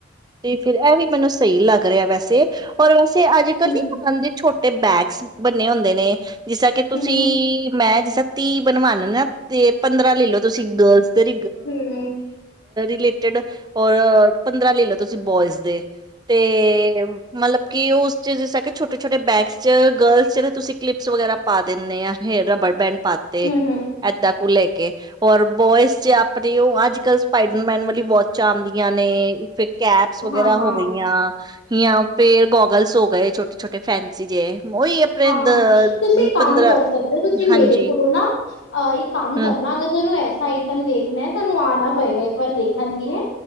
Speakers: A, on the right (about 20°); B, on the left (about 85°).
A: ਤੇ ਫਿਰ ਇਹ ਵੀ ਮੈਨੂੰ ਸਹੀ ਲੱਗ ਰਿਹਾ ਵੈਸੇ ਔਰ ਤੇ ਅੱਜ <inaudible> ਨੀ
B: ਹੂੰ,
A: ਮੰਦੇ ਛੋਟੇ ਤੇ ਬੈਗਸ ਬੰਨੇ ਹੁੰਦੇ ਨੇ ਤੇ ਜਿਸ ਤਰ ਕਿ ਤੁਸੀਂ
B: ਹੂੰ, ਹੂੰ,
A: ਮੈਂ ਜਿਸ ਤੀਹ ਬਣਵਾਨਾ ਨਾ ਤੇ ਪੰਦਰਾਂ ਲੈ ਲਓ ਤੁਸੀਂ <unintelligible>
B: ਹੂੰ,
A: ਰੇਲੇਟਡ ਔਰ ਪੰਦਰਾਂ ਲੇਲੌ ਤੁਸੀਂ ਬੋਇਜ਼ ਦੇ ਤੇ ਮਤਲਬ। ਕਿ ਉਸ ਚ ਜਿਸ ਤਰ੍ਹਾਂ ਕਿ ਛੋਟੇ ਛੋਟੇ ਬੈਗਸ ਚ ਗਰਲਸ ਚ ਤਾਂ ਤੁਸੀਂ ਕਲਿੱਪਸ ਵਗੈਰਾ ਪਾ ਦਿੰਦੇ ਆ ਹੇਅਰ ਰਬੜ ਬੈਂਡ। ਪਾਤੇ
B: ਹੂੰ, ਹੂੰ,
A: ਏਦਾਂ ਕੁ ਲੈ ਕੇ ਔਰ ਬੋਇਸ ਚ ਆਪਣੇ ਉਹ ਅੱਜ ਕੱਲ ਸਪਾਈਡਰਮੈਨ ਵਾਲੀ ਵੋਚਾਂ ਆਂਦੀਆਂ ਨੇ ਕੈਪਸ ਵਗੈਰਾ
B: ਹਾਂ,
A: ਹੋ
B: ਹਾਂ।
A: ਗਈਆਂ ਯ ਪੇ ਗੋਗਲਸ ਹੋ ਗਏ ਛਟੇ ਛੋਟੇ ਫੈਨਸੀ ਜੇ। ਉਹੀ ਆਪਣੇ
B: ਹਾਂ
A: ਦ
B: ਹਾਂ ਤੁਸੀਂ ਕੰਮ
A: ਪੰਦਰਾਂ
B: ਕਰ ਸਕਦੇ ਹੋ ਤੁਸੀਂ ਮੇਰੇ
A: ਹਾਂਜੀ
B: ਕੋਲੋਂ ਨਾਹ ਇੱਕ ਕੰਮ ਕਰਨਾ
A: ਹਮ
B: ਅਗਰ ਤੁਹਾਨੂੰ ਐਸ ਆਈਟਮ ਦੇਖਣਾ ਹੈ ਤੁਹਾਨੂੰ ਆਣਾ ਪਏਗਾ, ਇੱਕ ਵਾਰ ਦੇਖਣ ਦੀ ਹੈ